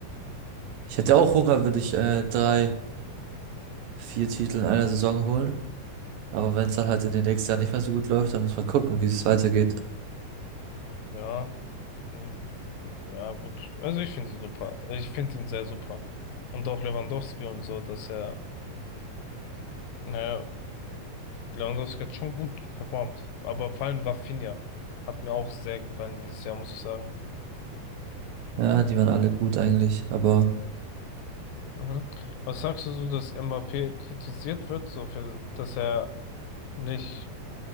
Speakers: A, on the right; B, on the left.
A: ich hätte auch Hunger, würde ich äh, drei, vier Titel in einer Saison holen. Aber wenn es dann halt in den nächsten Jahren nicht mehr so gut läuft, dann muss man gucken, wie es weitergeht.
B: Ja. mm, Ja, gut. Also ich finde ihn super. Ich finde ihn sehr super. Und auch Lewandowski und so, dass er, naja, Lewandowski hat schon gut performt. Aber vor allem Rafinha hat mir auch sehr gefallen dieses Jahr, muss ich sagen.
A: Ja, die waren alle gut eigentlich. Aber
B: Mhm. Was sagst du so, dass Mbappé kritisiert wird, so für, dass er nicht